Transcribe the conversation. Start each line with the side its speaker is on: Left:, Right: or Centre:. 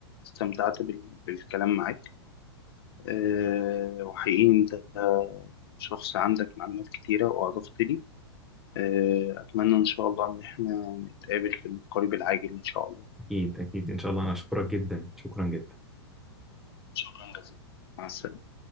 Left: استمتعت بال- بالكلام معاك. آه، وحقيقي أنت شخص عندك معلومات كتيرة وأضفت لي آه، أتمنى إن شاء الله إن إحنا نتقابل في القريب العاجل إن شاء الله
Centre: أكيد أكيد إن شاء الله أنا أشكرك جدا شكرا جدا
Left: شكرا جزيلا مع السلامة